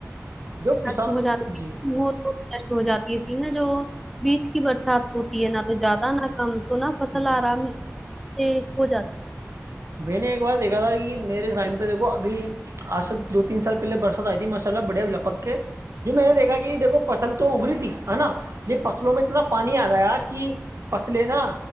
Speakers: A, on the right; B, in the centre.
A: جو کسان
B: ہو جاتی
A: جی
B: وہ تو نش ہو جاتی ہے تھی نہا جو بیچ کی برسات ہوتی ہے نہ تو زیادہ نہ ک تو نا فصل
A: جی
B: آرام سے ہو جات
A: میں نے ایک بار دیکھا تھا کہ میرے ٹائم پہ دیکھو ابھی آج سے دو تین سال پہلے برسات آئی تھی ماشاء اللہ بڑے لپک کے جی میں نے دیکھا کہ دیکھو فصل تو اگری تھی ہے نا یہ فصلوں میں اتنا پانی آ گیا کہ پسلے نا